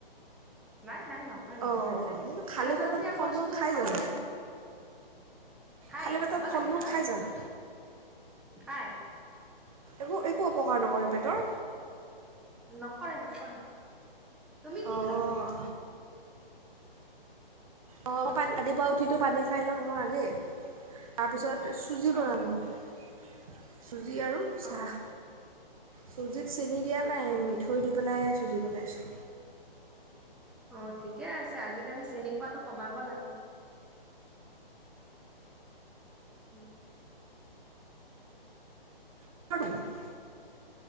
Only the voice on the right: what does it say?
অ অ খালী
পেটত ফল-মূল
খাই
জানো?
খালী পেটত
ফল
মূল
খাই জানো
একো একো অপকাৰ নকৰে পেটৰ?
অঁ
অ পা ৰাতিপুৱা উঠিতো পানী খাই লওঁ মই আগেই, তাৰপিছত চুজি
বনাম মই। চুজি আৰু চাহ।
চুজিত চেনি দিয়া নাই,
মিঠৈ দি পেলাই ৰিল বনাইছোঁ।
<inaudible>